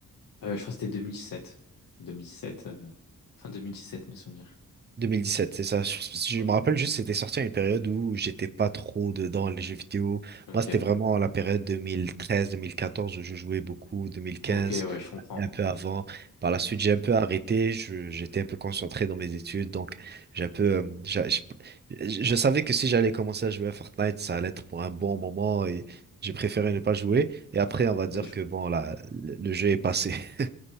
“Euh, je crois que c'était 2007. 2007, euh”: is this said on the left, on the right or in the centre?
Left